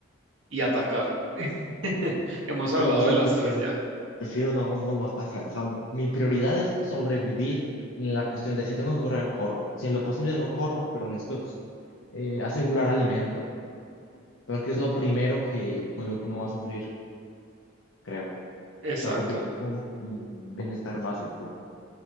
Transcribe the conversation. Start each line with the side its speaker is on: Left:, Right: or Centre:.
Right: y atacar. <laughs> Hemos
Left: yo,
Right: hablado
Left: yo
Right: de las
Left: prefiero,
Right: tres ya.
Left: prefiero no, no, no atacar. O sea, mi prioridad es sobrevivir en la cuestión de si tengo que correr, corro. Si en lo posible no corro, pero necesito eh, asegurar alimento, porque es lo primero que, con lo que uno va a sufrir, creo. O
Right: Exacto.
Left: sea, con, bi- con bienestar básico.